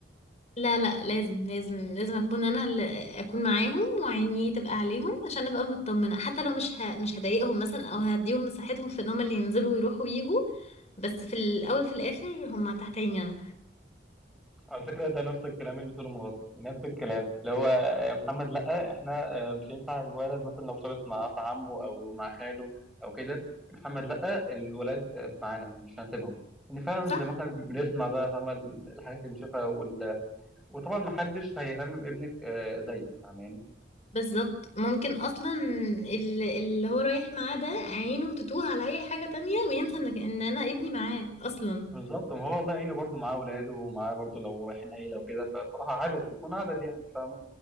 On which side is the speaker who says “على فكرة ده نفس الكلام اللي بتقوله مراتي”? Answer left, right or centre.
Centre